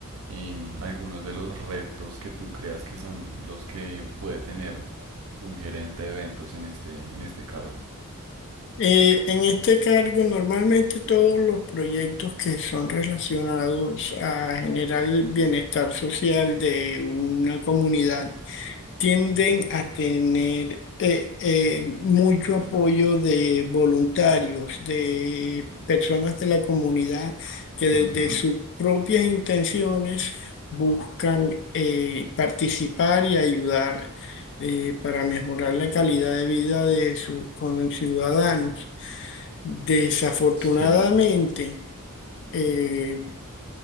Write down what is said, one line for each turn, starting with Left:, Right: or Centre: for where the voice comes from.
Right: em, algunos de los retos que tú creas que son los que puede tener un gerente de eventos en este, en este cargo.
Left: Eh, en este cargo, normalmente todos los proyectos que son relacionados a generar el bienestar social de una comunidad tienden a tener eh, eh, mucho apoyo de voluntarios, de personas de la comunidad que desde
Right: Ujú,
Left: sus propias intenciones buscan eh, participar y ayudar eh, para mejorar la calidad de vida de sus conciudadanos. Desafortunadamente,
Right: Sí.
Left: eh,